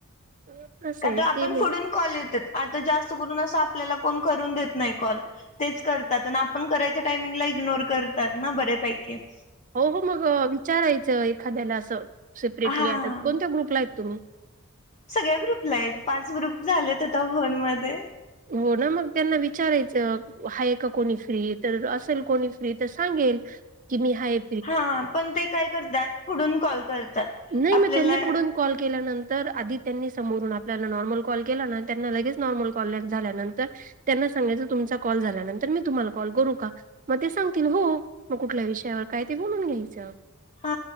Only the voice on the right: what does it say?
<unintelligible>
ते
मी
हो हो, मग विचारायचं एखाद्याला असं सेपरेटली
आता, कोणत्या ग्रुपला आहेत तुम्ही?
'हो ना, मग त्यांना विचारायचं, आहे का कोणी फ्री? तर असेल कोणी फ्री तर सांगेल. '' कि मी हाय.
नाही
मग, त्यांनी पुढून कॉल केल्यानंतर- तर आधी त्यांनी समोरून आपल्याला नॉर्मल कॉल केला ना, त्यांना लगेच नॉर्मल कॉल ले झाल्यानंतर त्यांना सांगायचं, तुमचा कॉल झाल्यानंतर मी तुम्हाला कॉल करू का? म ते सांगतील हो, मग कुठल्या विषयावर काय ते बोलून घ्यायचं.